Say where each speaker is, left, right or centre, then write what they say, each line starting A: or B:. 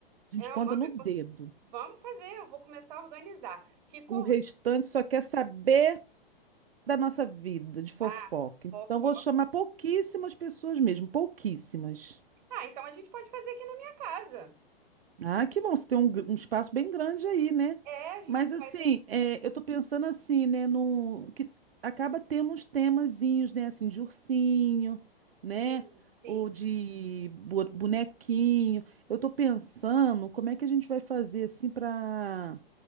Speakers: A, on the right; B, on the right.
A: A
B: É,
A: gente
B: vamos
A: conta no dedo.
B: vamos fazer. Eu vou começar a organizar. Que cor...
A: O restante só quer saber. da nossa vida, de fofoca.
B: Ah,
A: Então,
B: fofoca.
A: vou chamar pouquíssimas pessoas mesmo, pouquíssimas.
B: Ah, então a gente pode fazer aqui na minha casa.
A: Ah, que bom, você tem um, gr- um espaço bem grande aí, né?
B: É, a gente
A: Mas, assim,
B: faz aqui.
A: é, eu tô pensando assim, né, num, que acaba tendo uns temazinhos, né, assim, de ursinho, né,
B: Sim, sim.
A: ou de bu- bonequinho. Eu tô pensando como é que a gente vai fazer, assim, para